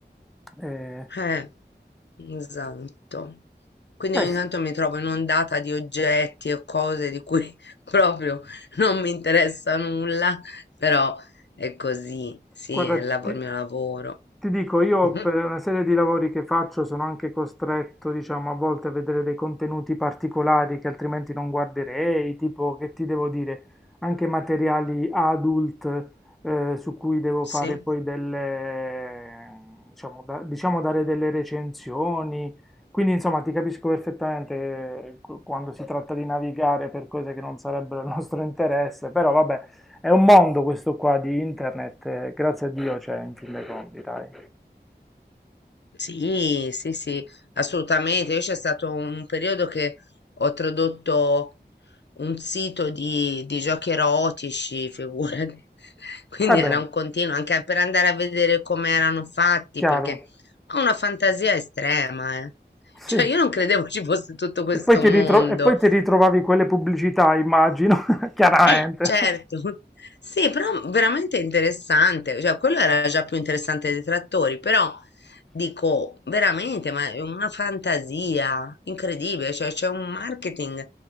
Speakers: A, in the centre; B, on the left (about 75°).
A: Eh,
B: Eh, esatto. Quindi
A: beh,
B: ogni
A: s-
B: tanto mi trovo inondata di oggetti o cose di cui <laughs> proprio non mi interessa nulla, però è così, sì,
A: Guarda,
B: è il lav-
A: ti,
B: il mio lavoro.
A: ti dico, io
B: <laughs>
A: per una serie di lavori che faccio sono anche costretto, diciamo, a volte a vedere dei contenuti particolari che altrimenti non guarderei, tipo, che ti devo dire, anche materiali adult eh, su cui devo
B: Sì.
A: fare poi delle, diciamo, da- diciamo, dare delle recensioni. Quindi, insomma, ti capisco perfettamente eh, qu- quando si tratta di navigare per cose che non sarebbero il nostro interesse, però vabbè. È un mondo questo qua di internet, eh, grazie a Dio c'è in fin dei conti, dai.
B: Sì, sì, sì, assolutamente. Io c'è stato un periodo che ho tradotto un sito di, di giochi erotici, figurati. <laughs> Quindi
A: Eh
B: era
A: beh,
B: un continuo, anche per andare a vedere come erano fatti,
A: chiaro,
B: perché ho una fantasia estrema, eh.
A: sì.
B: Cioè, io non credevo ci fosse tutto questo
A: E poi ti
B: mondo.
A: ritro- e poi ti ritrovavi quelle pubblicità, immagino, <laughs> chiaramente.
B: Eh, certo. <laughs> Sì, però veramente interessante, cioè quello era già più interessante dei trattori, però dico veramente, ma è una fantasia incredibile, cioè c'è un marketing